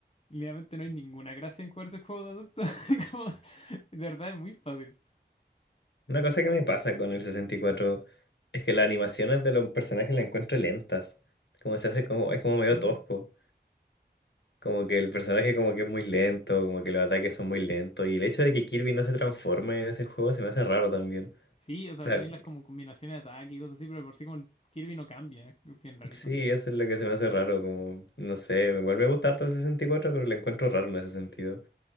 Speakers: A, on the left; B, on the left.
A: literalmente no hay ninguna gracia en jugar ese juego de adulto. <laughs> Como, de verdad es muy fácil.
B: Una cosa que me pasa con el sesenta y cuatro es que las animaciones de los personajes las encuentro lentas. Como se hace como, es como medio
A: Mm.
B: tosco. Como que el personaje como que es muy lento, como que los ataques son muy lentos. Y el hecho de que Kirby no se transforme en ese juego se me hace raro también.
A: Sí, o sea,
B: O sea,
A: tenéis las como combinaciones de ataque y cosas así, pero de por sí como el Kirby no cambia, es bien rarito.
B: sí, eso es lo que se me hace raro. Como, no sé, igual me gusta harto el sesenta y cuatro pero lo encuentro raro en ese sentido.